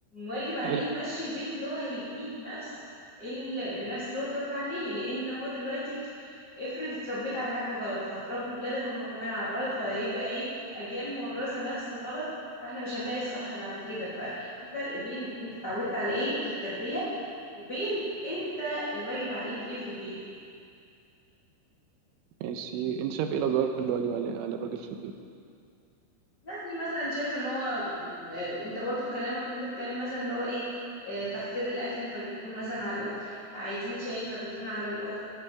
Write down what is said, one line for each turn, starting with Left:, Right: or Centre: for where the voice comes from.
Left: واجب عليه
Right: ايه لا
Left: يمشي البيت اللي هو هيبنيه بنفس ال... بنفس اللي هو اتربى عليه لان هو دلوقتي افرض اتربيت على حاجة غلط فهتربي ولادك هم كمان على غلط فهيبقى ايه اجيال مورثة نفس الغلط فاحنا مش هنلاقي الصح بعد كده ففي فرق بين انت اتعودت على ايه في التربية وبين انت الواجب عليك ايه في البيت
Right: ماشي انت شايف ايه الادوار اللي واجب على على الراجل في البيت
Left: يعني مثلا شايفه ان هو م- انت برضو في كلامك وانت بتكلم مثلا اللي هو ايه آه، تحضير الاكل فبيكون مثلا على الاخت عايزين شاي فبيكون على الاخت